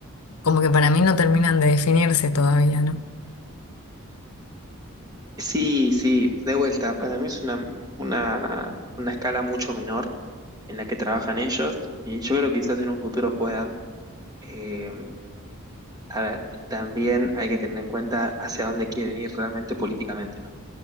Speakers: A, on the left; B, on the right.
A: como que para mí no terminan de definirse todavía, ¿no?
B: Sí, sí, de vuelta, para mí es una, una, una escala mucho menor en la que trabajan ellos, y yo creo que quizás en un futuro puedan. eh, a ver, también hay que tener en cuenta hacia dónde quieren ir realmente políticamente, ¿no?